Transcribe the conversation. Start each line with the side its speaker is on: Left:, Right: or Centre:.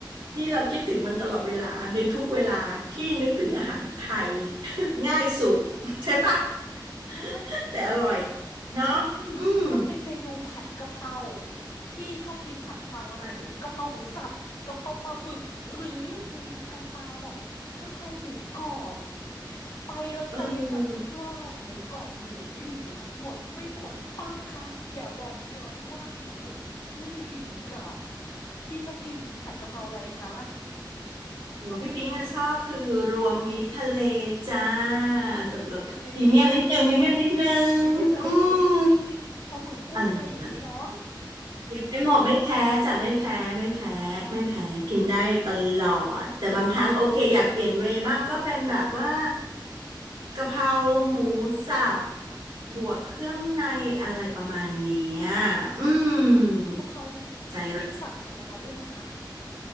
Right: ที่เราคิดถึงมันตลอดเวลาในทุกเวลาที่นึกถึงอาหารไทย <laughs> ง่ายสุดใช่ปะ
Left: ใช่
Right: <laughs> แต่อร่อยเนาะอืม
Left: ใช่ต้องเป็นเมนูผัดกะเพราพี่ชอบกินผัดกะเพราอะไรกะเพราหมูสับกะเพราปลาหมึกหรือเมนูกันตายแบบกะเพราหมูกรอบ
Right: ใช่
Left: ไปแล้วใจสั่นทุกรอบหมูกรอบเหลือไม่เหลือหมดไม่หมดป้าคะอย่าบอกเชียวว่าหนู
Right: เออ
Left: ไม่ได้กินหมูกรอบพี่ชอบกินผัดกะเพราอะไรคะ
Right: หมอพี่ปิ๊งอะชอบคือรวมมิตรทะเลจ้าจะ
Left: นี
Right: พรีเมียมนิดนึงพรีเมียมนิดนึงอืม
Left: ่พรีเมียมทะเลโอ๊ยนี่กินปลาหมึกกุ้งอะไรอย่างนี้เนาะ
Right: อะไรนะ ไม่หมดไม่แพ้จะไม่แพ้ไม่แพ้ไม่แพ้กินได้ตลอดแต่บางครั้งโอเคอยากเปลี่ยนเวย์บ้างก็เป็นแบบว่ากะเพราหมูสับบวกเครื่องในอะไรประมาณเนี้ยอืม
Left: กะเพรานี้พี่สั่งไข่ดาวด้วยไหมคะ
Right: ใจรัก